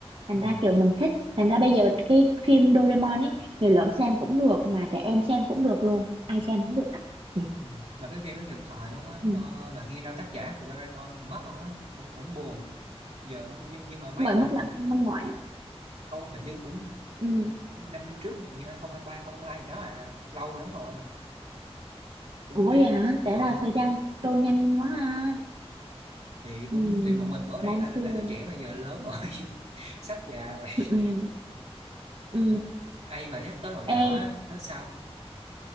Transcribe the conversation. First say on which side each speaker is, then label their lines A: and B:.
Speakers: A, on the right (about 55°); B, on the right (about 85°).
A: thành
B: ừ.
A: ra kiểu mình thích thành ra bây giờ cái phim Doraemon ấy người lớn xem cũng được mà trẻ em xem cũng được luôn ai xem cũng được cả nhỉ
B: Ừ. Mà cái phim nó hiện thoại luôn á
A: ừ.
B: ờ, bạn nghe đâu tác giả của Doraemon cũng mất luôn á cũng cũng buồn giờ nhưng, nhưng mà may
A: mới
B: mà
A: mất
B: nó vẫn
A: năm năm ngoái
B: không hình như cũng
A: ừ.
B: năm năm trước hình như 2023 hai gì đó à lâu lắm rồi cũng
A: ủa
B: tiếc
A: vậy hả thế
B: ừ
A: là thời gian trôi nhanh quá ha
B: thì cũng
A: ừ.
B: thì bọn mình mới đây
A: đáng
B: là
A: thương
B: là đứa trẻ mà giờ lớn rồi <laughs> sắp già rồi
A: ừ. Ừ.
B: <laughs> ai mà nhắc tới hồi nhỏ
A: ê
B: á, nói sao